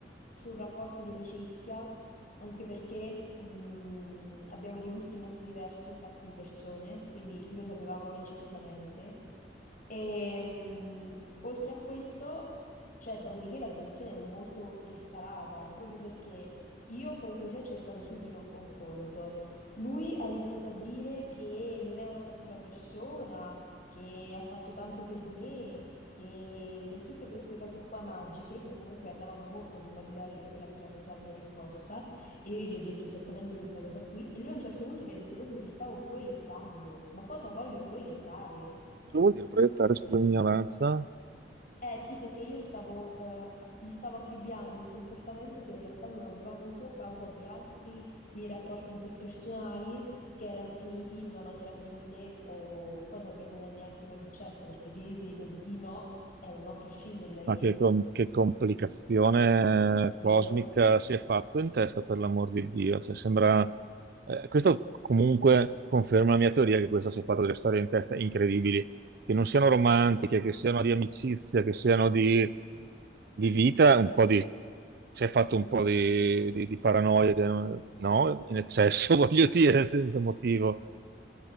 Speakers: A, on the left; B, on the right.
A: su un rapporto di amicizia, anche perché mh, abbiamo dei gusti molto diversi, infatti, di persone, quindi lo sapevamo reciprocamente. E, mh, oltre a questo, cioè, dopodiché la situazione è molto escalata, proprio perché io comunque sia ho cercato subito un confronto. Lui ha iniziato a dire che non è una cattiva persona, che ha fatto tanto per me, che, che tutte queste cose qua magiche, che comunque andavano molto ad invalidare la- quella che era stata la mia risposta, e io gli ho detto esattamente questa cosa qui, e lui a un certo punto mi ha detto proprio che stavo proiettando, ma cosa voglio proiettare?
B: Cosa vuol dire proiettare, scusami, ignoranza?
A: È tipo che io stavo, eh, gli stavo affibbiando un comportamento che in realtà non avevo avuto a causa di altri miei rapporti interpersonali che erano finiti in una maniera simile o cosa che non è neanche mai successa, perché se io ti dico di no, è un no a prescindere dai
B: Ma
A: miei,
B: che, com- che complicazione eh,
A: vero?
B: cosmica si è fatto in testa, per l'amor di Dio. Cioè, sembra... eh, questo comunque conferma la mia teoria che questo si è fatto delle storie in testa incredibili, che non siano romantiche, che siano di amicizia, che siano di, di vita, un po' di... si è fatto un po' di, di, di paranoia, di- no? In eccesso, <laughs> voglio dire, senza motivo.